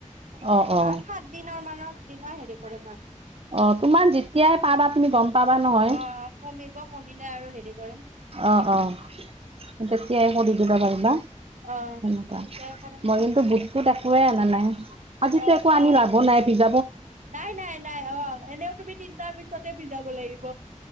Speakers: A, on the right; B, on the right.
A: অ অ
B: পাঁচ সাত দিনৰ মানৰ দিনা হেৰি কৰিম আৰু।
A: অ' তোমাৰ যেতিয়াই পাবা তুমি গম পাবা নহয়।
B: অ কমিব কমিলে আৰু হেৰি কৰিম
A: অ' অ'
B: এনেকুৱা।
A: তেতিয়াই কৰি দিবা পাৰিবা।
B: অ
A: সেনেকুৱা
B: তেতিয়া কৰিম
A: মই কিন্তু বুটুত একোৱে অনা নাই। আজিতো
B: অ
A: একো আনি
B: অ।
A: লাভ নাই পিত
B: নাই নাই নাই অ' এনেও তুমি তিনটাৰ পিছতে ভিজাব লাগিব।